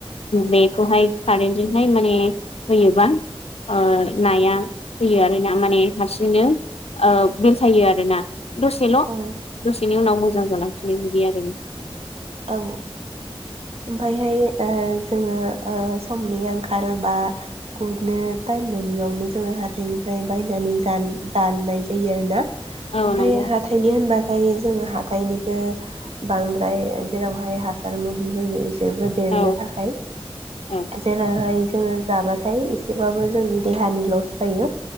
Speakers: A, on the left; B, on the right.
A: बेखौहाय कारन्जोंहाय माने होयोबा। ओ नाया होयो आरो ना माने हारसिंनो ओ बेलथायो आरो ना। दसेल'
B: औ
A: दसेनि उनाव मोजां जालांफिनो बिदि आरो ना ।
B: औ ओमफायहाय ओ जोङो ओ समनि आंखाल बा गुरनो। टाइम मोनियावनो जोङो हाथाइनिफ्राय बायनानै जान जानाय जायो आरो ना। ओमफ्राय
A: औ नंगौ
B: हाथाइनि होनबाथाय जोङो हाथाइनिखौ बांद्राय। जेरावहाय हासार मुलि होयो इसोरबो देरनो
A: औ
B: थाखाय
A: औ
B: जेरैहाय जों जाबाथाय एसेबाबो जोंनि देहानि लस जायो